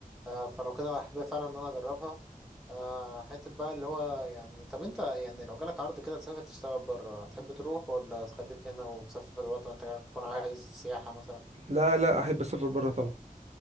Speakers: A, in the centre; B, on the right (about 45°).
A: آه فلو كده احب فعلا ان انا اجربها آه حته بقى اللي هو يعني طب انت يعني لو جالك عرض كده تسافر تشتغل بره تحب تروح ولا تخليك هنا وتسافر وقت ما انت تكون عايز سياحه مثلا
B: لا احب اسافر بره طبعا